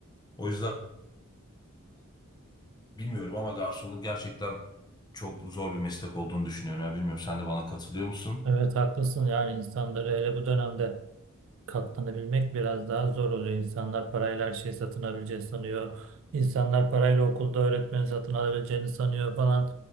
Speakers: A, on the left; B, on the right.
A: O yüzden bilmiyorum ama garsonluk gerçekten çok zor bir meslek olduğunu düşünüyorum. Ya bilmiyorum sen de bana katılıyor musun?
B: Evet haklısın yani insanları hele bu dönemde katlanabilmek biraz daha zor oluyor. İnsanlar parayla her şeyi satın alabileceğini sanıyor. İnsanlar parayla okulda öğretmeni satın alabileceğini sanıyor falan